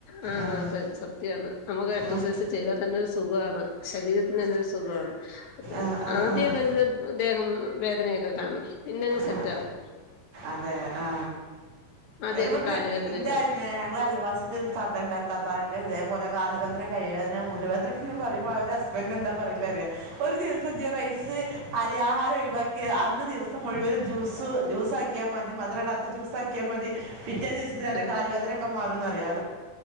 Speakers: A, on the left; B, on the right.
A: ആ
B: ആഹ്
A: സത്യാണ് നമുക്ക് എക്സസൈസ്
B: ഉം
A: ചെയ്താ സുഖാണ് ശരീര കുന്നൊരു സുഖമാണ്
B: ആഹ് ആഹ്
A: ആദ്യൊക്കെ
B: ആഹ്
A: ദ്ദേഹം വേദനയൊക്കെ കാണും പിന്നെങ്ങ് സെറ്റാവും.
B: ആഹ് അതെ ആ
A: ആദ്യമൊക്കെ
B: ഇവിട്ന്ന്
A: കാലുവേദനയൊക്കെ ആണ്
B: ഞങ്ങളെ അയൽവാസി ത്തി ഒരു താത്തണ്ട് താത്ത ഇതേപോലെ കാല് വേദന കൈ അതിന് ഞാൻ ഊര വേദനാക്കെ പറയ്മ്പോ ൻ്റെ ഹസ്ബൻഡ് എന്താ പറയല് അറിയോ ഒരു ദിവസം ജ് റൈസ് അരി ആഹാരം ഒഴിവാക്കിയ അന്ന് ദിവസം മുഴുവനും ജ്യൂസ് ജ്യൂ അക്കിയാൽ മതി മധുംടാത്ത ജൂസാ ക്കിയാൽ മതി പിറ്റേ ദിവസത്തിൽ
A: ആഹ്
B: അൻ്റെ കാല് വേദനൊക്കെ മാറും അറിയും